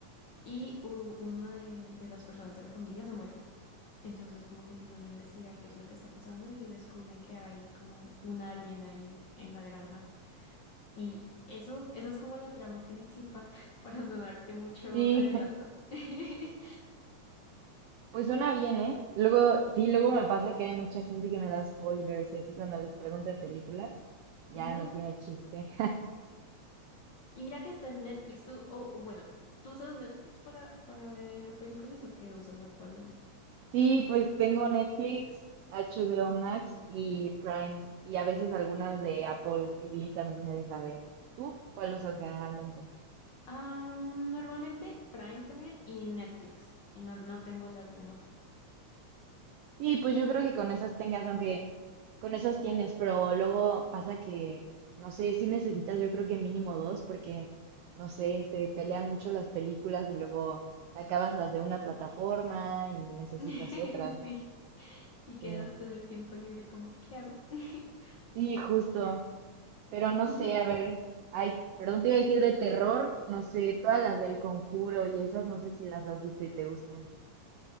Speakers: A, on the left; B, on the right.
A: Y u- uno de, de las personas de la familia se muere. Entonces como que empiezan a investigar qué es lo que está pasando y descubren que hay como un alien ahí en la granja. Y eso, eso es como la trama principal, <laughs> para no darte mucho
B: Sí,
A: adelanto.
B: <laughs>
A: <laughs> Pero
B: pues suena bien,
A: es-
B: ¿eh? Luego, sí, luego me pasa que hay mucha gente que me da spoilers y así cuando les pregunto de películas, ya
A: no.
B: no tiene chiste.
A: Y mira que está en Netflix, tú, o o bueno, ¿tú usas Netflix para, para ver películas o qué usas actualmente?
B: Sí, pues tengo Netflix, HBO Max y Prime. Y a veces algunas de Apple TV también me deja ver. ¿Tú cuál usas generalmente?
A: Am, normalmente Prime también y Netflix. Y no, no tengo las demás.
B: Sí, pues yo creo que con esas tengas, aunque con esas tienes, pero luego pasa que, no sé, sí necesitas yo creo que mínimo dos porque, no sé, se pelean mucho las películas y luego te acabas las de una plataforma y necesitas
A: <laughs>
B: otra.
A: Sí. Y quedas
B: Sí,
A: con el tiempo libre como, ¿qué hago? <laughs>
B: sí, justo. Pero no
A: ¿Y
B: sé,
A: tú
B: a ver, ay, perdón, te iba a decir de terror, no sé, todas las del Conjuro y esas no sé si las has visto y te gusten.